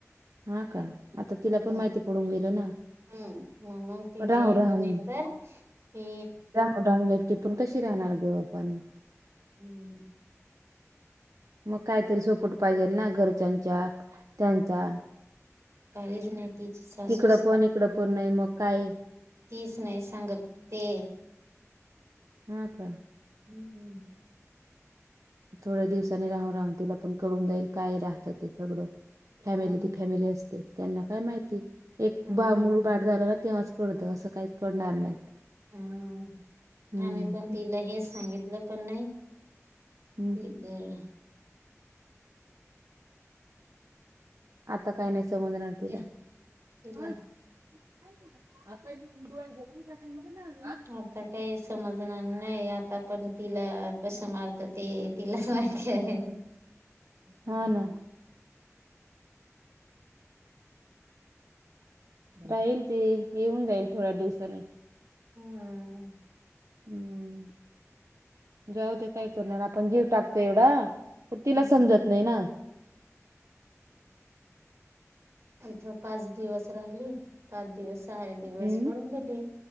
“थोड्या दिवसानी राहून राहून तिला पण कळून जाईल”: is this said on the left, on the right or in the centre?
Right